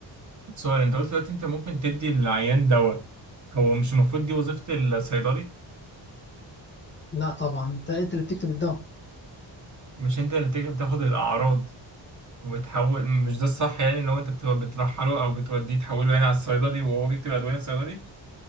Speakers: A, on the right; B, on the left.
A: سؤال انت قلت دلوقتي انت ممكن تدي العيان دواء هو مش المفروض دي وظيفة الصيدلي
B: لا طبعا أنت أنت اللي بتكتب الدواء
A: مش انت اللي تيجي بتاخد الاعراض وبتحول مش ده الصح يعني ان هو انت بت- بترحله او بتوديه تحوله يعني على الصيدلي وهو بيكتب ادوية الصيدلي